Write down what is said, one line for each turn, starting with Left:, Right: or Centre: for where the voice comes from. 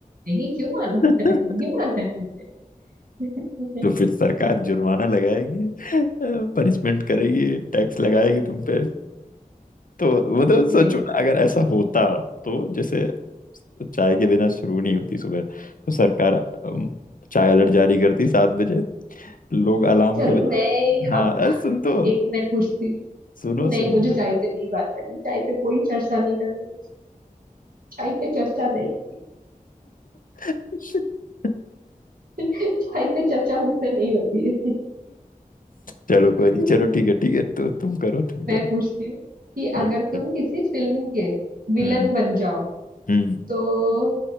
Right: नहीं क्यों मानू
Left: <laughs>
Right: मैं <laughs> नहीं माना है मुझे
Left: तो फिर सरकार जुर्माना लगाएगी पनिशमेंट करेगी टैक्स लगाएगी तुम पे तो मतलब सोचो
Right: <laughs> नहीं
Left: ना अगर ऐसा होता तो जैसे चाय के बिना शुरू नहीं होती सुबह तो सरकार अम, चाय अलर्ट जारी करती सात बजे लोग अलार्म
Right: चलो
Left: की वजह
Right: मैं
Left: हाँ
Right: अब
Left: अरे सुन तो
Right: एक मैं पूछती
Left: सुनो
Right: हूँ नहीं
Left: सुनो
Right: मुझे चाय पे नहीं बात करनी चाय पे कोई चर्चा नहीं करनी चाय पे चर्चा नहीं
Left: सुनो <laughs>
Right: <laughs> चाय पे चर्चा मुझसे नहीं होती है
Left: चलो कोई नहीं
Right: <laughs>
Left: चलो ठीक है ठीक है तो तुम करो तुम करो
Right: मैं पूछती हूँ कि
Left: ओके
Right: अगर तुम किसी फिल्म के विलन
Left: हम्म
Right: बन जाओ
Left: हम्म
Right: तो